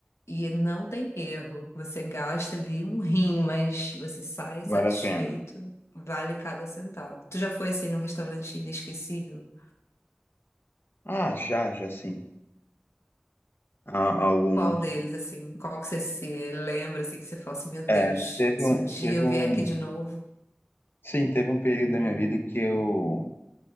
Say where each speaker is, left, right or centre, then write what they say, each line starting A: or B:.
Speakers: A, on the left (about 75°); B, on the left (about 50°).
A: E não tem erro. Você gasta ali um rim, mas você sai
B: Vale
A: satisfeito.
B: a pena.
A: Vale cada centavo. Tu já foi assim num restaurante inesquecível?
B: Ah, já, já sim. Há alguns.
A: Qual deles, assim? Qual que você se lembra, assim, que você fala assim, meu Deus,
B: É, teve
A: se
B: um,
A: um dia
B: teve
A: eu
B: um.
A: vier aqui de novo.
B: Sim, teve um período da minha vida que eu